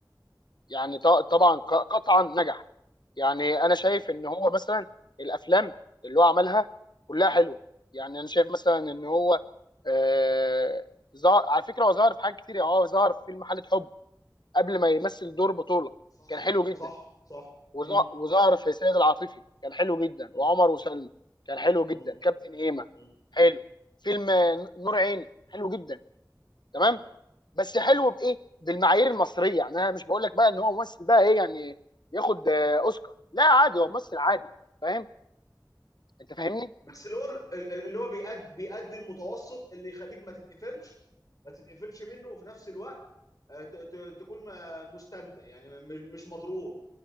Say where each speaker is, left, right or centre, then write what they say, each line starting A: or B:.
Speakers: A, on the left; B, on the left.
A: يعني ط- طبعا
B: مم.
A: ق- قطعا نجح يعني انا شايف
B: مم.
A: ان هو مثلا الافلام اللي هو عملها كلها حلوه يعني انا شايف مثلا ان هو آه ظهر على فكره هو ظهر في حاجات كتير يعني هو ظهر في فيلم حاله حب قبل ما يمثل دور بطوله
B: صح
A: كان حلو جدا
B: صح صح
A: وظ-
B: مم.
A: وظهر
B: صح
A: في سيد العاطفي كان حلو جدا
B: مم.
A: وعمر وسلمى كان حلو جدا
B: مم.
A: كابتن هيما
B: مم.
A: حلو فيلم آه، نور عيني حلو جدا تمام
B: مم.
A: بس حلو بايه بالمعايير المصريه يعني انا مش بقول لك بقى ان هو ممثل بقى ايه يعني ياخد آه، اوسكار لا عادي هو ممثل عادي فاهم انت فاهمني
B: بس اللي هو ال- اللي هو بيأدي بيأدي المتوسط اللي يخليك ما تتقفلش ما تتقفلش منه وفي نفس الوقت آه، ت- ت- تكون ما- مستمتع يعني م- م- مش مضرور